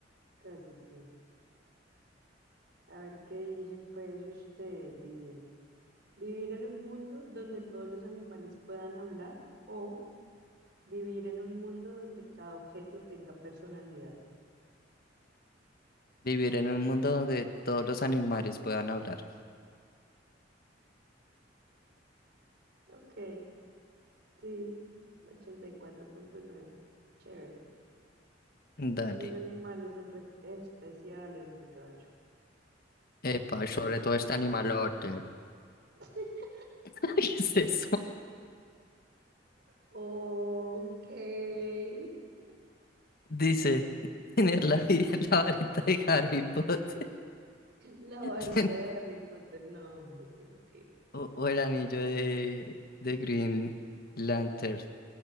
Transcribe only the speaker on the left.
Vivir en un mundo donde todos los animales puedan hablar.
Dale.
Epa, sobre todo este animalote.
<laughs> ¿Qué es eso?
Dice, <laughs> tener la, vi- <laughs> la varita de Harry Potter
<laughs>
ten-
o, o el anillo de, de Green Lantern,